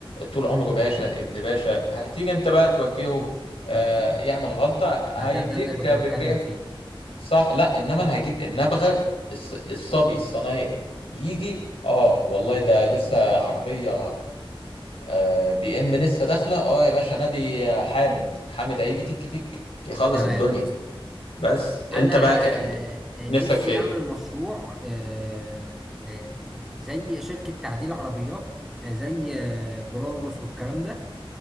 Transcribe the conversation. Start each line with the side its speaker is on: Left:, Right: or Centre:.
Left: طول عمره باشا ابن باشا هتيجي انت بقى توجهه آه
Centre: بالظبط
Left: يعمل غلطة
Centre: ما
Left: هيديك
Centre: ده ده اللي كنت
Left: بالجاف
Centre: بتكلم فيه
Left: صح لا انما انا هجيب النبغة الص... الصبي الصنايعي يجي اه والله ده لسه عربية آه بي ام لسه داخلة اه يا باشا نادي حامد حامد هيجي تك تك يخلص
Centre: تمام
Left: الدنيا بس
Centre: انا
Left: انت بقى كان
Centre: آه،
Left: نفسك
Centre: نفسي
Left: في ايه
Centre: اعمل مشروع آه، آه، زي شركة تعديل عربيات آه، زي آه، بروبوس والكلام ده